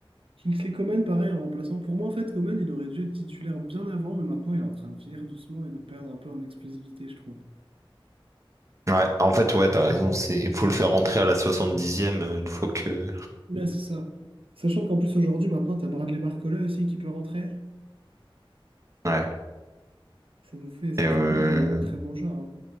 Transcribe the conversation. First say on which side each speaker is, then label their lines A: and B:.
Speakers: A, on the right (about 75°); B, on the right (about 35°).
A: Kingsley Coman, pareil, en remplaçant. Pour moi, en fait, Coman, il aurait dû être titulaire bien avant, mais maintenant, il est en train de vieillir doucement et de perdre un peu en explosivité, je trouve.
B: Ouais, en fait, ouais, t'as raison, c'est, il faut le faire rentrer à la soixante dixième euh, une fois que.
A: Là, Mm. c'est ça. Sachant qu'en plus, aujourd'hui, maintenant, t'as Bradley Barcola aussi qui peut rentrer.
B: Ouais.
A: Ça nous fait, ça
B: Et, euh,
A: nous fait pas mal de, de très bons joueurs. hein.